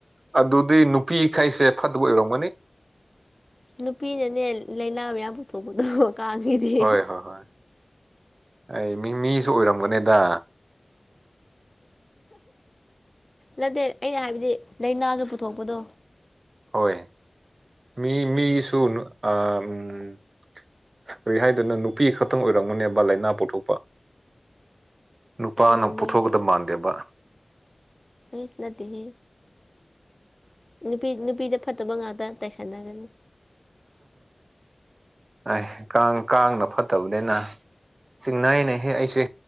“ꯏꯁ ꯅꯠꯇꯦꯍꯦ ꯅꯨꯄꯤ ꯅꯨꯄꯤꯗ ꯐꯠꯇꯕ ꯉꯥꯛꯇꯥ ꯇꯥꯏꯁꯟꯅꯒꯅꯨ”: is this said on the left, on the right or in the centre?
Left